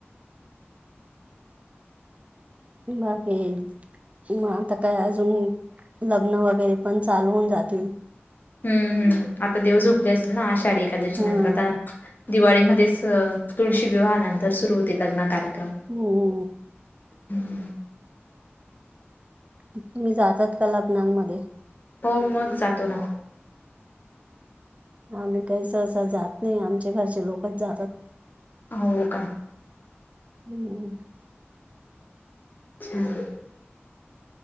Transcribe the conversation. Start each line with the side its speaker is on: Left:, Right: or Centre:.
Right: ह बाक. मग आता काय अजून लग्न वगैरे पण चालवून जातील.
Left: हम्म हम्म आता देव झोपले असतीलल ना आषाढी एकाडशीनंतर
Right: हम्म
Left: आता. दिवाळीमध्येच तुळशी विवाहानंतर सुरु होते लग्न कार्यक्रम.
Right: हम्.
Left: हम्म.
Right: तुम्ही जातात का लग्नांमध्ये.
Left: हो मग जातो ना.
Right: आम्ही काही सहसा जात नाही आमचे घरचे लोकच जातात.
Left: होय का?
Right: हम्म.
Left: छान